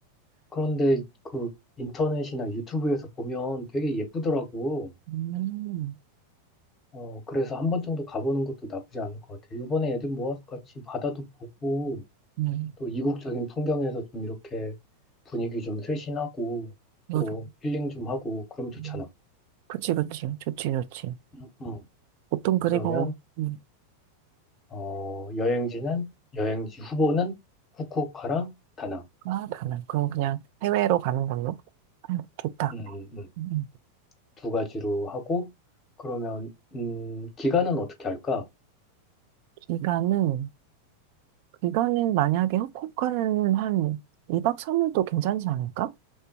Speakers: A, on the left (about 20°); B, on the right (about 45°).
A: 그런데 그 인터넷이나 유튜브에서 보면 되게 예쁘더라고.
B: 음,
A: 어, 그래서 한 번 정도 가보는 것도 나쁘지 않을 것 같아. 요번에 애들 모아서 같이 바다도 보고,
B: 네.
A: 또 이국적인 풍경에서 좀 이렇게 분위기 좀 쇄신하고
B: 노동.
A: 서로 힐링 좀 하고 그럼 좋잖아.
B: 음, 그치, 그치. 좋지, 좋지.
A: 응, 응.
B: 보통 그리고,
A: 그러면
B: 음,
A: 어, 여행지는 여행지 후보는 후쿠오카랑 다낭
B: 아, 다른. 그럼 그냥 해외로 가는 걸로? 아, 좋다.
A: 음, 음, 음.
B: 음,
A: 두 가지로 하고 그러면 음, 기간은 어떻게 할까?
B: 기간은, 기간은 만약에 후쿠오카는 한 2박 3일도 괜찮지 않을까?